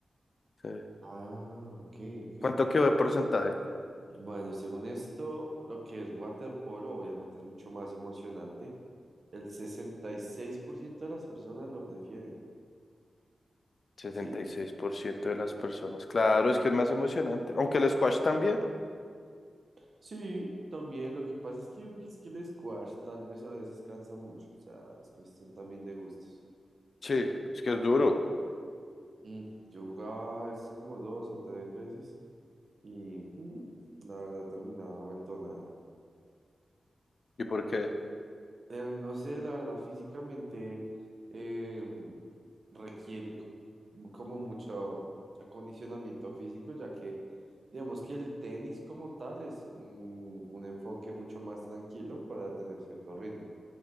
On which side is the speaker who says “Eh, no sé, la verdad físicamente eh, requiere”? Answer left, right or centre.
Right